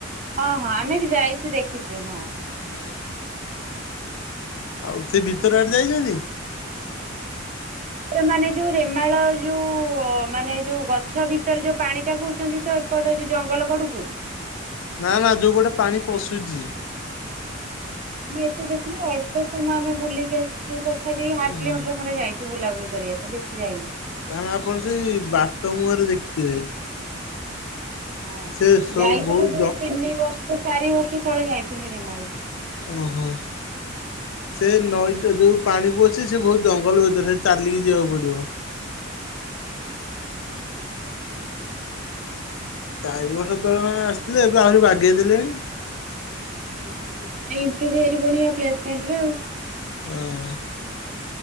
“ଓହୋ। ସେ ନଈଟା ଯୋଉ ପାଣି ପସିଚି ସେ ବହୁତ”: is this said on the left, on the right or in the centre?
Left